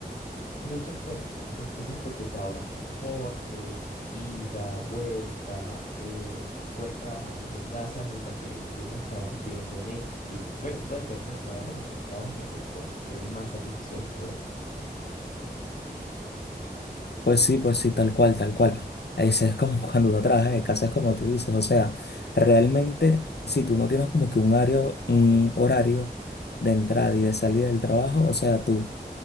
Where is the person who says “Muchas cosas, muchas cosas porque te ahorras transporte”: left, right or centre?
Left